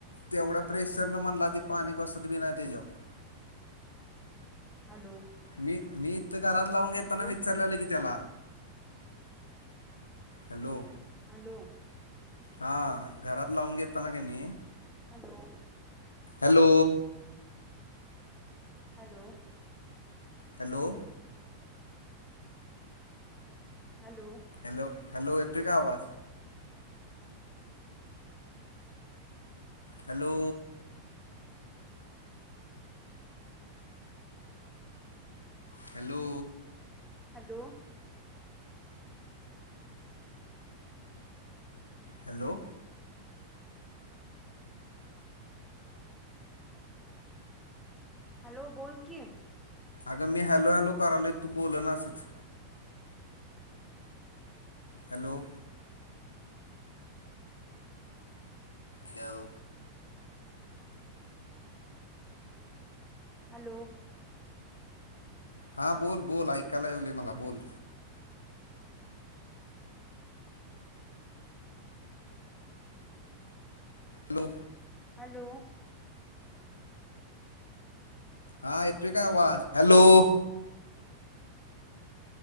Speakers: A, on the left; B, in the centre.
A: तेवध्या प्रेशर न म्हणला ते पाणी बसत बी नाही त्यज्यातं
B: हॅलो
A: मी, मी इथ घरात लावून
B: हॅलो
A: घताना विचारलेलं की त्याला. हॅलो.
B: हॅलो.
A: हा, घरात लावून घेतताना क नई
B: hello
A: hello
B: hello
A: hello
B: hello
A: hello hello येतुयं का आवाज? Hello hello
B: hello,
A: hello
B: hello बोल कि.
A: अगं मी हॅलो हॅलो करालो तू बोल न असच. हॅलो,. घेव.
B: हॅलो.
A: हा बोल बोल ऐकायला याले मला बोल. आलो
B: हयलो.
A: हा य तो काय आवाज हॅलो.